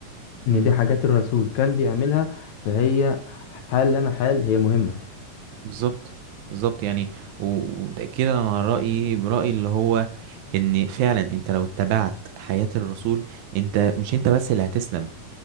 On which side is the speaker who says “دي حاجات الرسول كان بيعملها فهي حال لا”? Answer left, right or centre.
Left